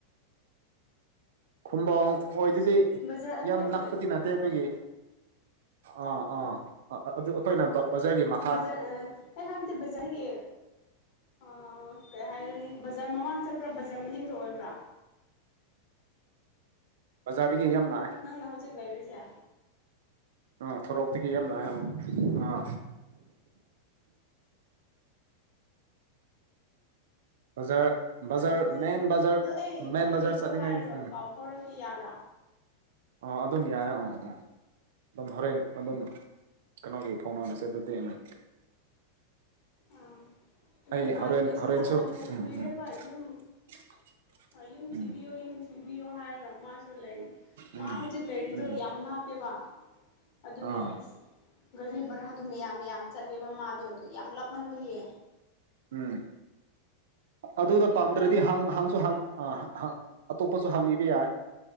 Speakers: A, on the right; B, on the left.
A: ꯈꯨꯝꯕꯣꯡ ꯑꯣꯏꯗꯨꯗꯤ
B: ꯕꯖꯥꯔ ꯑꯗꯨꯋꯥꯏꯗ
A: ꯌꯥꯝ ꯅꯛꯄꯗꯤ ꯅꯠꯇꯦ ꯑꯗꯨꯒꯤ
B: ꯑꯗꯨ
A: ꯑꯥ ꯑꯥ ꯑ ꯑꯗꯨ ꯑꯩꯈꯣꯏꯅ ꯕꯛ ꯕꯖꯥꯔꯒꯤ ꯃꯥ
B: ꯕꯖꯥꯔ ꯑ ꯑꯩ ꯍꯥꯏꯕꯗꯤ ꯕꯖꯥꯔꯒꯤ ꯑ ꯀꯩ ꯍꯥꯏꯒꯅꯤ ꯕꯖꯥꯔ ꯃꯃꯥꯡꯗ ꯆꯠꯄ꯭ꯔꯥ ꯕꯖꯥꯔ ꯃꯅꯤꯡꯗ ꯑꯣꯏꯕ꯭ꯔꯥ꯫
A: ꯕꯖꯥꯔꯗꯒꯤ ꯌꯥꯝ ꯂꯥꯛꯑꯦ꯫
B: ꯅꯪꯅ ꯍꯧꯖꯤꯛ ꯂꯩꯔꯤꯖꯦ꯫
A: ꯑꯥ ꯊꯣꯔꯣꯛꯇꯒꯤ ꯌꯥꯝ ꯂꯥꯛꯑꯦ ꯑꯥ꯫ ꯕꯖꯥꯔ ꯕꯖꯥꯔ
B: ꯑꯗꯨꯗꯤ
A: ꯃꯦꯟ ꯕꯖꯥꯔ
B: ꯑꯗꯣ ꯑꯩ ꯏꯃꯥꯟꯅꯕꯤꯗꯣ
A: ꯃꯦꯟ ꯕꯖꯥꯔ ꯆꯠꯅꯤꯡꯉꯥꯏꯗꯤ
B: ꯍꯥꯏꯔꯒ
A: ꯎꯝ꯫
B: ꯄꯥꯎ ꯐꯥꯎꯔꯛꯀꯦ ꯌꯥꯕ꯭ꯔꯥ
A: ꯑꯥ ꯑꯗꯨꯝ ꯌꯥꯏ ꯑ ꯑ꯫ ꯑꯗꯨꯝ ꯍꯣꯔꯦꯟ ꯑꯗꯨꯝ ꯀꯩꯅꯣꯒꯤ ꯐꯧꯅꯥ <unintelligible>
B: ꯑ ꯃꯤ
A: ꯑꯩ
B: ꯏꯃꯥꯟꯅꯕꯤꯁꯨ
A: ꯍꯣꯔꯦꯟ ꯍꯣꯔꯦꯟꯁꯨ
B: ꯅꯍꯥꯟꯅ
A: ꯎꯝ
B: ꯀꯨꯏꯔꯦꯕ
A: ꯎꯝ
B: ꯌꯨꯝ
A: <unintelligible>
B: ꯌꯨꯝ
A: ꯎꯝ
B: ꯊꯤꯕꯤꯌꯨ ꯌꯨꯝ ꯊꯨꯕꯤꯌꯨ ꯍꯥꯏꯔꯒ ꯃꯥꯁꯨ ꯂꯩ ꯃꯥ
A: ꯎꯝ
B: ꯍꯧꯖꯤꯛ ꯂꯩꯔꯤ
A: ꯎꯝ
B: ꯗꯨ ꯌꯥꯝ ꯍꯥꯞꯄꯦꯕ ꯑꯗꯨꯒꯤ
A: ꯑꯥ
B: ꯑꯁ ꯒꯥꯔꯤ ꯚꯔꯥꯗꯣ ꯃꯌꯥꯝ ꯃꯌꯥꯝ ꯆꯠꯂꯦꯕ ꯃꯥꯗꯣ ꯑꯗꯨ ꯌꯥꯝ ꯂꯥꯞꯃꯟꯕꯒꯤ꯫
A: ꯎꯝ ꯑꯗꯨꯗ
B: ꯑꯗꯨꯒꯤ
A: ꯄꯥꯝꯗ꯭ꯔꯗꯤ
B: ꯈꯔ
A: ꯍꯡ ꯍꯡꯁꯨ ꯍꯥꯥꯡ ꯑ <unintelligible> ꯑꯇꯣꯞꯄꯁꯨ ꯍꯡꯕꯤꯕ ꯌꯥꯏ꯫